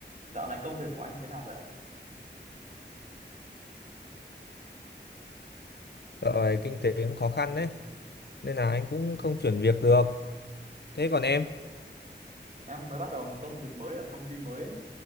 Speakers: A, on the right; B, on the left.
A: Dạo này công việc của anh thế nào rồi ạ?
B: dạo này kinh tế cũng khó khăn đấy nên là anh cũng không chuyển việc được thế còn em
A: Em mới bắt đầu một công việc mới ở công ty mới ấy.